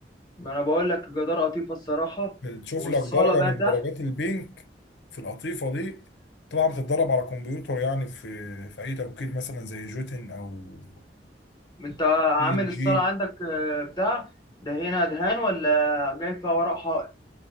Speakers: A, on the left (about 25°); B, on the left (about 80°).
A: ما انا بقول لك جدار قطيفه الصراحه
B: تشوف
A: والصاله
B: لك درجة
A: بقى
B: من
A: تحت
B: درجات البينك في القطيفة دي طبعا بتتدرب على كمبيوتر يعني في في أي توكيل مثلا زي جوتن أو
A: انت عامل
B: دي ال
A: الصاله
B: جي
A: عندك آه، بتاع ده هنا دهان ولا جاي فيها ورق حائط